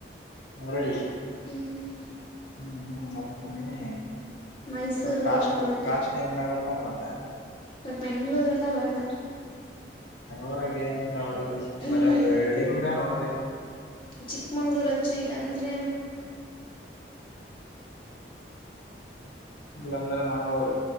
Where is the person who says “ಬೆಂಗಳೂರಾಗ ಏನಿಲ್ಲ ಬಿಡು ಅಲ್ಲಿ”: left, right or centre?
Left